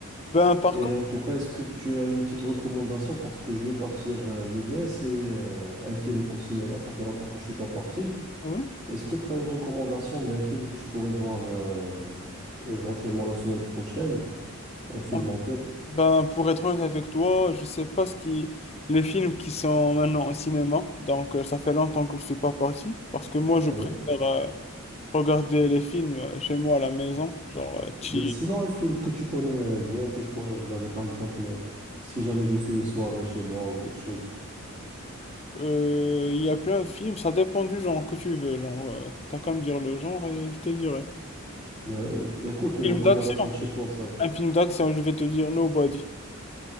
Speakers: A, on the left (about 30°); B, on the right (about 30°).
A: Ben, par
B: Et
A: contre,
B: en tout cas, est-ce que tu as une petite recommandation? Parce que je veux partir, euh, je veux bien essayer euh, un film au cinéma. Ça fait longtemps que je suis pas parti.
A: oui.
B: Est-ce que tu as une recommandation d'un film que je pourrais voir euh, éventuellement la semaine prochaine? Un film
A: Pardon.
B: en tête,
A: Ben, pour être honnête avec toi, je sais pas ce qui. Les films qui sont maintenant au cinéma. Donc, euh, ça fait longtemps que je suis pas parti. Parce que moi, je
B: oui.
A: préfère euh, regarder les films euh, chez moi à la maison. Genre, euh, chill.
B: Mais sinon, un film que tu connais euh, bien, que je pourrais regarder, par exemple, euh, si jamais je fais une soirée chez moi ou quelque chose.
A: Euh, Il y a plein de films, ça dépend du genre que tu veux. Genre, euh, t'as qu'à me dire le genre et je te dirai.
B: Mais euh, écoute, une
A: Film
B: recommandation
A: d'action.
B: de chez toi, ça.
A: Un film d'action, je vais te dire Nobody.